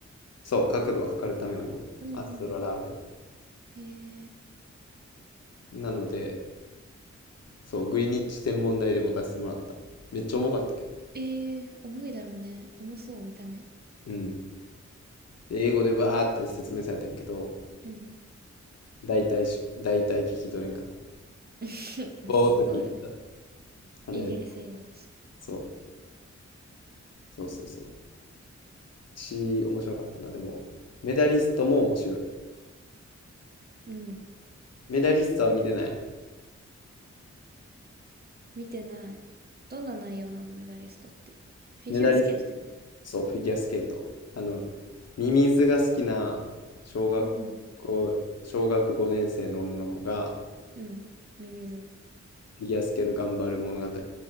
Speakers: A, on the left; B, on the right.
A: そう、角度を測るためのもの。
B: うん。
A: アストロラービア。
B: へえ。
A: なので、そう、グリニッジ天文台で持たせてもらった。めっちゃ重かったけど。
B: ええ、重いだろうね。重そう、見た目。
A: うん。で、英語でバーって説明されてんけど、
B: うん。
A: 大体し、大体聞き取れんかった。
B: <laughs> まあ、
A: ぼーっと聞いてた。
B: そうよね。
A: あれ、
B: イギリス英語だし。
A: そう、そうそうそう。し面白かったな。でも、メダリストも面白い。
B: うん。
A: メダリストは見てない。
B: 見てない。どんな内容なの、メダリストって。フィギュアスケートだよね。
A: メダリそう、フィギュアスケート。あの、ミミズが好きな小学校、
B: うん。
A: 小学5年生の女の子が
B: うん。ミミズ。
A: フィギュアスケート頑張る物語。